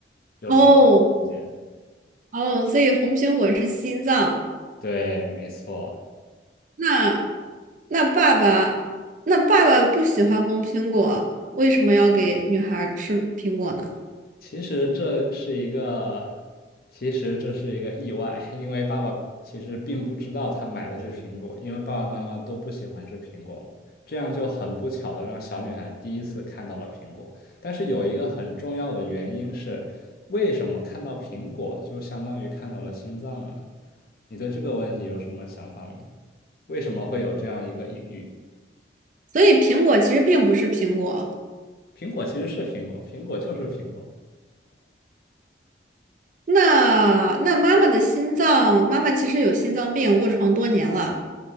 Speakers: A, on the left; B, on the right.
A: 有这样一节。
B: 哦哦，所以红苹果是心脏。
A: 对，没错。
B: 那那爸爸，那爸爸不喜欢红苹果，为什么要给女孩儿吃苹果呢？
A: 其实这是一个，其实这是一个意外，<laughs> 因为爸爸其实并不知道他买的是苹果，因为爸爸妈妈都不喜欢吃苹果嘛，这样就很不巧的让小女孩第一次看到了苹果。但是有一个很重要的原因是，为什么看到苹果就相当于看到了心脏呢？你对这个问题有什么想法呢？为什么会有这样一个隐喻？
B: 所以苹果其实并不是苹果。
A: 苹果其实是苹果，苹果就是苹果。
B: 那那妈妈的心脏，妈妈其实有心脏病，卧床多年了。